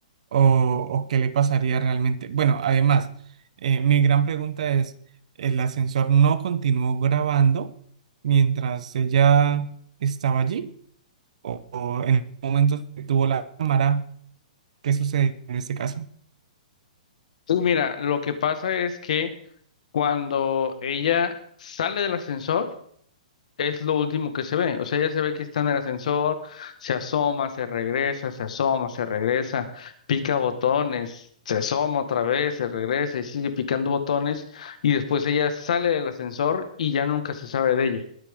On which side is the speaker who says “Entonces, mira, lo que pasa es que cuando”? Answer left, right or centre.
Left